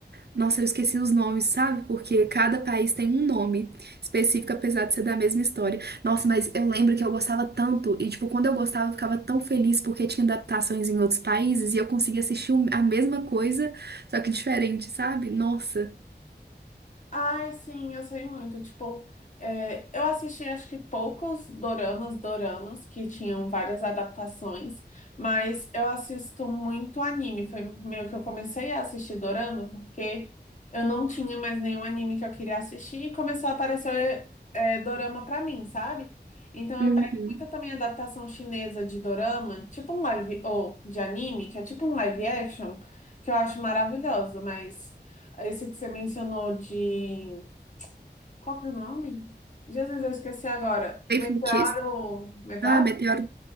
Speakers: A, on the right; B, on the left.
A: Nossa, eu esqueci os nomes, sabe? Porque cada país tem um nome específico, apesar de ser da mesma história. Nossa, mas eu lembro que eu gostava tanto. E, tipo, quando eu gostava, eu ficava tão feliz porque tinha adaptações em outros países e eu conseguia assistir um- a mesma coisa, só que diferente, sabe? Nossa.
B: Ai, sim, eu sei muito. Tipo, é, eu assisti acho que poucos doramas, doramas que tinham várias adaptações, mas eu assisto muito anime. Foi meio que eu comecei a assistir dorama porque eu não tinha mais nenhum anime que eu queria assistir e começou a aparecer é, dorama pra mim, sabe? Então
A: Uhum.
B: eu pego muita também adaptação chinesa de dorama, tipo um live, ou de anime, que é tipo um live action, que eu acho maravilhoso, mas. Esse que você mencionou de. Qual que é o nome? Jesus, eu esqueci agora.
A: Faithful
B: Meteoro.
A: Kiss?
B: Meteoro?
A: Ah, Meteoro.